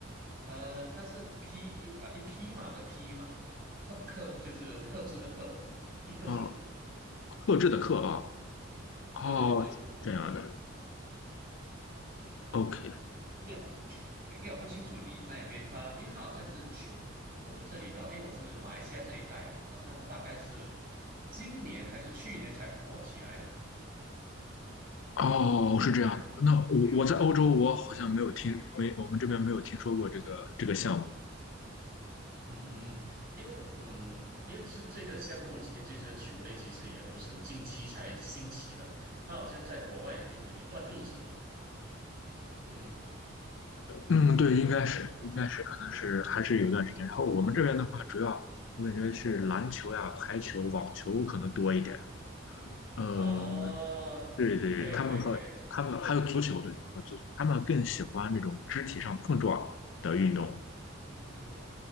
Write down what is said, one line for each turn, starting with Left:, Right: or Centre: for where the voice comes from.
Right: 呃，它是匹一啊一匹马的匹马，克克就是克制的克，匹克球。
Left: 哦哦克制的克啊，哦，
Right: 对对对对，
Left: 这样的，OK。
Right: 因为因为我不清楚你那边他，因为他好像是去我们这里的话，因为我是马来西亚这一带，好像大概是今年还是去年才火起来的。
Left: 哦，是这样的。
Right: 你呢？
Left: 那我我在欧洲，我好像没有听，没我们这边没有听说过这个这个项目。
Right: 嗯，嗯，因为嗯，因为这这个项目，其这这个球类其实也不是近期才兴起的，它好像在国外已经有一段日子了。嗯
Left: 嗯，对，应该是，应该是，可能是还是有段时间。然后我们这边的话，主要我感觉是篮球呀、排球、网球可能多一点。呃，
Right: 啊，
Left: 对对，
Right: 可以可以可以，
Left: 他们和他们还有足球，对对，还有足球，他们更喜欢那种肢体上碰撞的运动。
Right: 嗯哼哼哼。